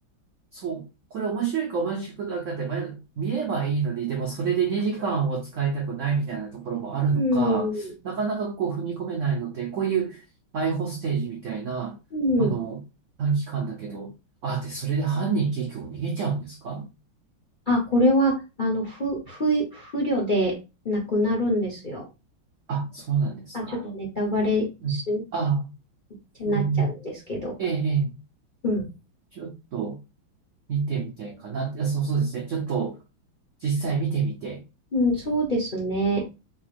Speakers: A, on the right (about 80°); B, on the left (about 50°).
A: そう。これ面白いか面白くないかって迷う見ればいいのに、でもそれで2時間を使いたくないみたいなところもあるのか、
B: うん。
A: なかなかこう踏み込めないので、こういうアイホステージみたいな、
B: うん。
A: あの、短期間だけど、あ、で、それで犯人結局逃げちゃうんですか
B: あ、これは、あの、不、不、不慮でなくなるんですよ。
A: あ、そうなんですか。
B: あ、ちょっとネタバレし、
A: うん。
B: っ
A: あ、
B: てなっちゃうんですけど。
A: うんうん。ええ、ええ。
B: うん。
A: ちょっと見てみたいかなって。あそう、そうですね。ちょっと実際見てみて。
B: うん、そうですね。